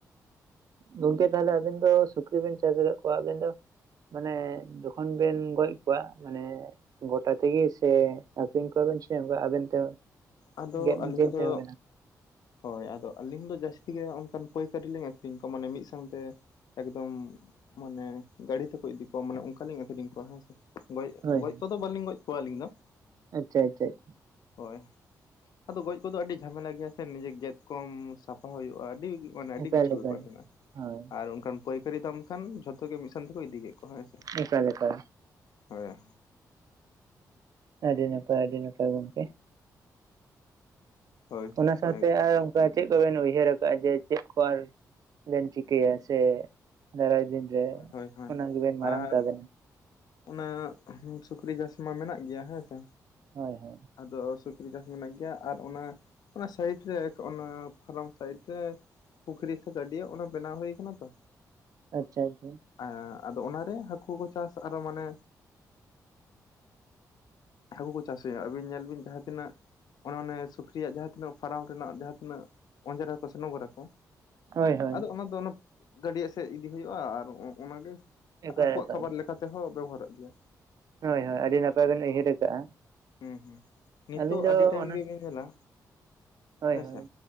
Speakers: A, on the right; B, on the left.
A: ᱜᱚᱝᱠᱮ ᱛᱟᱦᱚᱞᱮ ᱟᱹᱵᱤᱱ ᱫᱚ ᱥᱩᱠᱨᱤ ᱵᱤᱱ ᱪᱟᱥ ᱟᱠᱟᱫ ᱠᱚᱣᱟ ᱟᱹᱵᱤᱱ ᱫᱚ ᱢᱟᱱᱮ ᱡᱚᱠᱷᱚᱱ ᱵᱤᱱ ᱜᱚᱡ ᱠᱚᱣᱟ ᱢᱟᱱᱮ ᱜᱚᱴᱟ ᱛᱮᱜᱮ ᱥᱮ ᱟᱹᱠᱷᱨᱤᱧ ᱠᱚᱣᱟᱵᱮᱱ ᱥᱮ ᱟᱵᱮᱱ ᱛᱮ
B: ᱟᱫᱚ
A: ᱜᱮᱫᱪᱤᱱ
B: ᱟᱹᱞᱤᱧ ᱫᱚ
A: ᱛᱮᱵᱱᱟ?
B: ᱦᱳᱭ ᱟᱫᱚ ᱟᱹᱞᱤᱧ ᱫᱚ ᱡᱟᱹᱥᱛᱤ ᱜᱮ ᱚᱱᱠᱟᱱ ᱯᱟᱹᱭᱠᱟᱹᱨᱤ ᱞᱤᱧ ᱟᱹᱠᱷᱨᱤᱧ ᱠᱚᱣᱟ ᱢᱟᱱᱮ ᱢᱤᱫ ᱥᱟᱶᱛᱮ ᱾ ᱮᱠᱫᱚᱢ ᱢᱟᱱᱮ ᱜᱟ. ᱰᱤ ᱛᱮᱠᱚ ᱤᱫᱤ ᱠᱚᱣᱟ ᱢᱟᱱᱮ ᱚᱱᱠᱟᱞᱤᱧ ᱟᱠᱷᱨᱤᱧ ᱠᱚᱣᱟ ᱦᱮᱸ ᱥᱮ ᱾ ᱜᱚᱡ
A: ᱦᱳᱭ
B: ᱜᱚᱡ ᱠᱚᱫᱚ ᱵᱟᱹᱞᱤᱧ ᱜᱚᱡ ᱠᱚᱣᱟ ᱟᱹᱞᱤᱧ ᱫᱚ ᱾
A: ᱟᱪᱪᱷᱟ ᱟᱪᱷᱟ ᱟᱪᱷᱟ
B: ᱦᱳᱭ ᱟᱫᱚ ᱜᱚᱡ ᱠᱚᱫᱚ ᱟᱹᱰᱤ ᱡᱷᱟᱢᱮᱞᱟ ᱜᱮᱭᱟ ᱥᱮ ᱾ ᱱᱤᱡᱮ ᱜᱮᱫ ᱠᱚᱢ ᱥᱟᱯᱷᱟ ᱦᱩᱭᱩᱜᱼᱟ ᱾ ᱟᱹᱰᱤ ᱢᱟᱱᱮ ᱟᱹᱰᱤ
A: ᱮᱠᱟᱞ
B: ᱠᱤᱪᱷᱩ
A: ᱮᱠᱟᱞ
B: ᱵᱮᱯᱟᱨ ᱢᱮᱱᱟᱜᱼᱟ
A: ᱦᱳᱭ
B: ᱟᱨ ᱚᱱᱠᱟᱱ ᱯᱟᱹᱭᱠᱟᱹᱨᱤ ᱫᱟᱢ ᱠᱷᱟᱱ ᱡᱷᱚᱛᱚ ᱜᱮ ᱢᱤᱫ ᱥᱟᱶᱛᱮ ᱛᱮᱠᱚ ᱤᱫᱤᱭ ᱠᱮᱫ ᱠᱚᱣᱟ ᱦᱮᱸ ᱥᱮ ᱾
A: ᱮᱠᱟᱞ ᱮᱠᱟᱞ
B: ᱦᱳᱭ
A: ᱟᱹᱰᱤ ᱱᱟᱯᱟᱭ ᱟᱹᱰᱤ ᱱᱟᱯᱟᱭ ᱜᱚᱢᱠᱮ
B: ᱦᱳᱭ
A: ᱚᱱᱟ ᱥᱟᱶᱛᱮ
B: ᱮᱠᱫᱚᱢ
A: ᱟᱨ ᱪᱮᱫ ᱠᱚᱵᱤᱱ ᱩᱭᱦᱟᱹᱨᱟ ᱟᱠᱟᱟᱜᱼᱟ ᱾ ᱡᱮ ᱪᱮᱫ ᱠᱚ ᱟᱨ ᱵᱮᱱ ᱪᱤᱠᱟᱹᱭᱟ ᱥᱮ ᱫᱟᱨᱟᱭ ᱫᱤᱱ? ᱡᱮ
B: ᱦᱳᱭ ᱦᱳᱭ ᱦᱳᱭ
A: ᱟᱱᱟ ᱜᱮ ᱵᱤᱱ ᱢᱟᱨᱟᱝ
B: ᱟᱨ
A: ᱛᱟ. ᱵᱤᱱ ᱾
B: ᱚᱱᱟ ᱩᱸ ᱥᱩᱠᱨᱤ ᱪᱟᱥ ᱢᱟ ᱢᱮᱱᱟᱜ ᱜᱮᱭᱟ ᱦᱮᱸ ᱥᱮ
A: ᱦᱳᱭ ᱦᱳᱭ
B: ᱟᱫᱚ ᱥᱩᱠᱨᱤ ᱪᱟᱥ ᱢᱮᱱᱟᱜ ᱜᱮᱭᱟ ᱟᱨ ᱚᱱᱟ ᱚᱱᱟ ᱥᱟᱭᱤᱴ ᱨᱮᱼᱮᱠ ᱚᱱᱟ ᱯᱷᱟᱨᱟᱢ ᱥᱟᱭᱤᱴ ᱨᱮ ᱯᱩᱠᱷᱨᱤ ᱥᱮ ᱜᱟᱹᱰᱤᱭᱟᱹ ᱚᱱᱟ ᱵᱮᱱᱟᱣ ᱦᱩᱭ ᱠᱟᱱᱟ ᱛᱚ
A: ᱟᱪᱪᱷᱟ ᱟᱪᱪᱷᱟ
B: ᱟᱹ ᱟᱫᱚ ᱚᱱᱟᱨᱮ ᱦᱟᱹᱠᱩ ᱠᱚ ᱪᱟᱥ ᱟᱨᱚ ᱢᱟᱱᱮ ᱦᱟᱹᱠᱩ ᱠᱚ ᱪᱟᱥ ᱦᱩᱭᱩᱜᱼᱟ ᱟᱵᱤᱱ ᱧᱮᱞ ᱵᱤᱱ ᱡᱟᱦᱟᱸ ᱛᱤᱱᱟᱹᱜ ᱚᱱᱮ ᱚᱱᱮ ᱥᱩᱠᱨᱤᱭᱟᱜ ᱡᱟᱦᱟᱸ ᱛᱤᱱᱟᱹᱜ ᱯᱷᱟᱨᱟᱢ ᱨᱮᱱᱟᱜ ᱡᱟᱦᱟᱸ ᱛᱤᱱᱟᱹᱜ ᱚᱸᱡᱨᱟᱠᱚ ᱥᱮ ᱱᱚᱜᱽᱨᱟᱠᱚ
A: ᱦᱳᱭ ᱦᱳᱭ
B: ᱟᱫᱚ ᱚᱱᱟ ᱫᱚ ᱚᱱᱟ ᱜᱟᱹᱰᱤᱭᱟᱜ ᱥᱮᱫ ᱤᱫᱤ ᱦᱩᱭᱩᱜᱼᱟ ᱟᱨ ᱚᱱᱟᱜᱮ
A: ᱮᱠᱟᱞ
B: ᱦᱟᱠᱩᱣᱟᱜ
A: ᱮᱠᱟᱞ
B: ᱠᱷᱟᱵᱟᱨ ᱞᱮᱠᱟᱛᱮᱦᱚᱸ ᱵᱮᱵᱚᱦᱟᱨᱚᱜ ᱜᱮᱭᱟ
A: ᱦᱳᱭ ᱦᱳᱭ ᱟᱹᱰᱤ ᱱᱟᱯᱟᱭ ᱵᱮᱱ ᱩᱭᱦᱟᱹᱨ ᱟᱠᱟᱜᱼᱟ
B: ᱦᱩᱸ ᱦᱩᱸ ᱱᱤᱛᱚᱜ
A: ᱟᱹᱞᱤᱧ ᱫᱚ
B: ᱟᱹᱰᱤ ᱴᱟᱭᱤᱢ
A: ᱚᱱᱟ
B: ᱜᱮᱵᱤᱱ ᱧᱮᱞᱟ
A: ᱦᱳᱭ
B: ᱦᱮᱸᱥᱮ
A: ᱦᱳᱭ